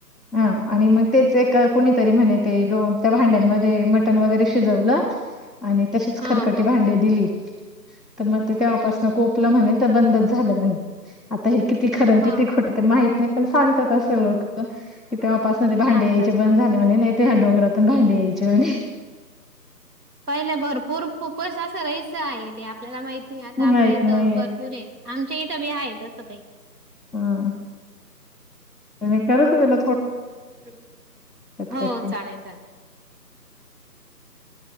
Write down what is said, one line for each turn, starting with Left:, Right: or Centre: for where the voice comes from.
Centre: हा आणि मग तेच ए कोणीतरी म्हणे ते त्या भांड्यांमध्ये मटन वगैरे शिजवलं.
Right: <inaudible>
Centre: आणि तशीच
Right: हा
Centre: खरकटी
Right: हा.
Centre: भांडे दिली. तर मग ते तेव्हापासन कोपलं म्हणे तर, बंदच झालं म्हणे आता हे किती खरं आणि
Right: मग.
Centre: किती खोटं ते माहित नाही., पण सांगतात असं लोक. कि तेव्हापास ते भांडे
Right: सांगतात
Centre: यायचे
Right: ना.
Centre: बंद झाले. म्हणे, नाही ह्या डोंगरातून भांडे यायचे म्हणे.
Right: पहिले भरपूर खूपच असं राहायचं आहे ते आपल्याला माहिती आहे. आता
Centre: माहित
Right: आपल्या इथं
Centre: नाहीये.
Right: भरपूर आहे. आमच्या इथं बी आहेत असं काही.
Centre: हम. तरकला <inaudible>
Right: हो चालेल-चालेल
Centre: करते.
Right: तर.